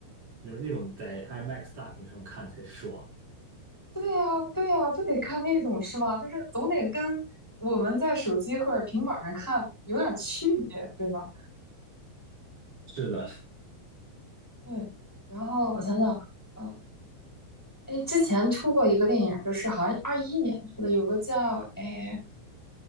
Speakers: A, on the right (about 45°); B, in the centre.
A: 就是那种在 IMAX 大屏上看才爽。
B: 对呀，对呀，就得看那种是吧？就是总得跟我们在手机或者平板儿上看有点区别，对吧？
A: 是的，
B: 对，然后我想想。嗯。哎，之前出过一个电影，就是好像二一年出的，有个叫哎